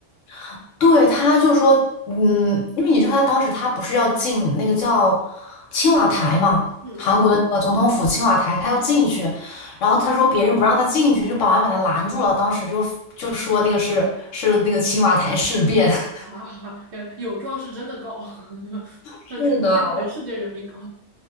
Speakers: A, on the left; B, on the right.
A: <laughs>，对，他就说，嗯，因为你知道他当时他不是要进那个叫青瓦台嘛，
B: 嗯
A: 韩国的那个总统府青瓦台，他要进去，然后他说别人不让他进去，就保安把他拦住了，当时就就说那个是是那个青瓦台事变。<laughs>
B: 啊，<laughs> 有有状是真的高，<laughs>
A: 是的，
B: 向全向全世界人民高。
A: 我。